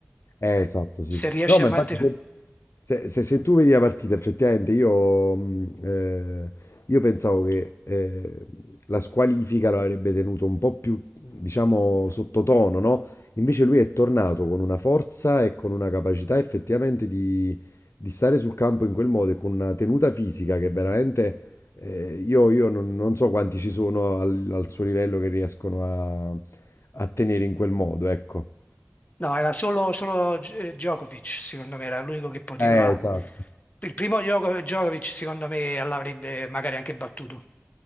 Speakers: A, on the left; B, on the left.
A: Eh, esatto, sì.
B: Se riesci
A: No, ma
B: a mantenere.
A: infatti se, se- se- se tu vedi la partita, effettivamente io, mh, eh, io pensavo che eh, la squalifica lo avrebbe tenuto un po' più, diciamo, sottotono, no? Invece lui è tornato con una forza e con una capacità effettivamente di, di stare sul campo in quel modo e con una tenuta fisica che veramente eh, io, io non, non so quanti ci sono al, al suo livello che riescono a, a tenere in quel modo, ecco.
B: No, era solo, solo G- Djokovic, secondo me, era l'unico che poteva.
A: Eh, esatto.
B: Il primo Djoko- Djokovic, secondo me, l'avrebbe magari anche battuto.